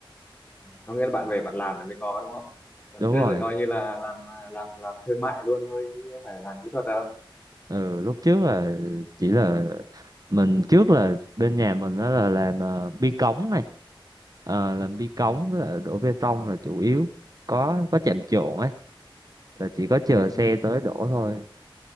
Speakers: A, on the left; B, on the right.
A: có nghĩa là bạn về bạn làm là mới có đúng không còn
B: đúng
A: trước
B: rồi
A: thì coi như là làm làm làm thương mại luôn thôi chứ không phải làm kỹ thuật đâu
B: ừ lúc trước là chỉ là mình trước là bên nhà mình đó là làm ờ, bi cống này Ờ, làm bi
A: ừ.
B: cống với lại đổ bê tông là chủ yếu có có chạm trộn ấy là chỉ có chờ
A: Ừ.
B: xe tới đổ thôi